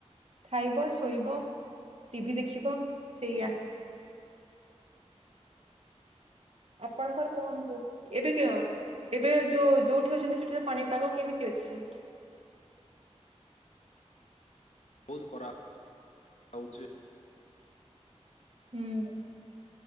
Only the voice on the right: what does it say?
ଖାଇବ, ଶୋଇବ, ଟିଭି ଦେଖିବ ସେଇଆ। ଆପଣଙ୍କର କୁହନ୍ତୁ। ଏବେ କ ଏବେ ଯୋଉ ଯୋଉଠି ଅଛନ୍ତି ସେଠାର ପାଣିପାଗ କେମିତି ଅଛି?
ହୁଁ